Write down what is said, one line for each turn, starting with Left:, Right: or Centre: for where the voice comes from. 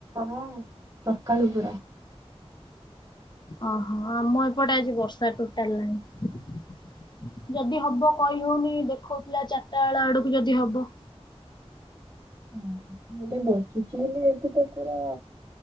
Right: ହଁ ସକାଳୁ ପୂରା।
Left: ଅହ ଆମ ଏପଟେ ଆଜି ବର୍ଷା ଟୋଟାଲ ନାହିଁ। ଯଦି ହବ କହି ହୋଉନି ଦେଖୋଉଥୁଲା ଚାରଟା ବେଳ ଆଡକୁ ଯଦି ହବ।
Right: <inaudible> ଅହ ହେଲେ ବର୍ଷୁଛି ବୋଲି ଏଠି ତ ପୁରା